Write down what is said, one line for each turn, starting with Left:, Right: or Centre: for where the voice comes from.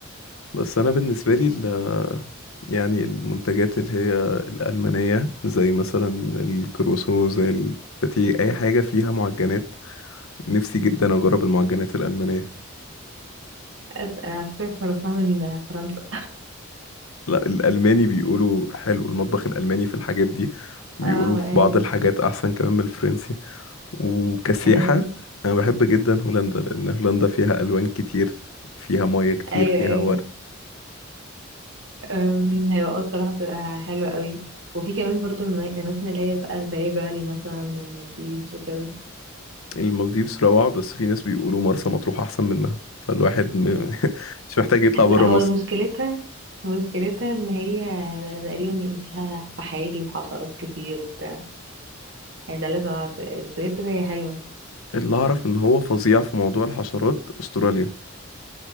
Left: بس انا بالنسبه لي ال يعني المنتجات اللي هي الالمانيه زي مثلا الكروسو زي الباتيه اي حاجه فيها معجنات نفسي جدا اجرب المعجنات الالمانيه
Right: أت- هتسافر فرنسا من فرنسا
Left: لا الالماني بيقولوا حلو المطبخ الالماني في الحاجات دي بيقولوا
Right: اه
Left: في
Right: ايوه
Left: بعض الحاجات احسن كمان من الفرنسي وكسياحه
Right: ايوه
Left: انا بحب جدا هولندا لان هولندا فيها الوان كتير فيها ميه كتير
Right: ايوه
Left: فيها
Right: ايوه
Left: ورد
Right: أم، هيبقى آه بصراحة بتبقى حلوة قوي وفي كمان برضو الم- الأماكن اللي هي بقى زي بالي مثلا والمالديفز وكده
Left: المالديفز روعة بس في ناس بيقولوا مرسى مطروح أحسن منها فالواحد م... <laughs> مش محتاج يطلع برا
Right: لا هو
Left: مصر
Right: مشكلتها مشكلتها ان هي تقريبا فيها فحالي وحشرات كتير وبتاع يعني ده لازم أعرف. غير كده هي حلوة
Left: اللي أعرف إن هو فظيع في موضوع الحشرات أستراليا